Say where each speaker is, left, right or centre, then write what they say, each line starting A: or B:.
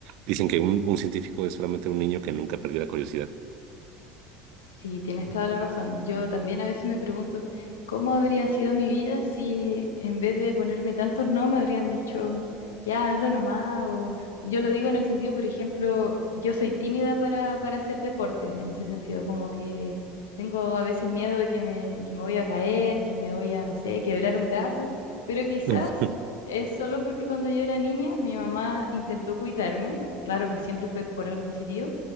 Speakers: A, on the right; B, on the left.
A: Dicen que un, un científico es solamente un niño que nunca perdió la curiosidad.
B: Sí, tienes toda la razón. Yo también a veces me pregunto cómo habría sido mi vida si en vez de ponerme tantos no me habrían dicho ya hazlo nomás. O yo lo digo en el sentido, por ejemplo, yo soy tímida para, para hacer deporte, en ese sentido, como que tengo a veces miedo de que me, que me voy a caer, que me voy a, no sé, quebrar un brazo, pero quizás
A: <laughs>
B: es solo porque cuando yo era niña mi mamá intentó cuidarme, claro que siempre fue por algo positivo